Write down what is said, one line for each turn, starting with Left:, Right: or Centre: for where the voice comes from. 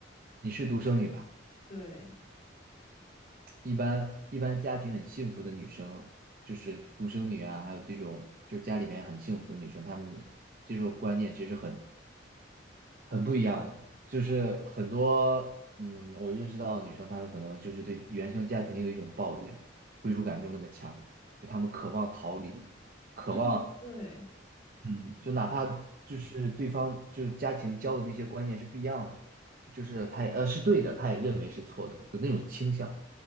Right: 你是独生女吧？
Left: 对，
Right: 一般一般家庭很幸福的女生，就是独生女啊，还有这种就是家里面很幸福的女生，她们接受观念其实很很不一样的。就是很多嗯，我认识到的女生，她们可能就是对原生家庭有一种抱怨，归属感没有那么强，就她们渴望逃离，渴望。
Left: 嗯，对，
Right: 嗯就哪怕就是对方就是家庭教的那些观念是不一样的，就是他也呃是对的，他也认为是错的，有那种倾向，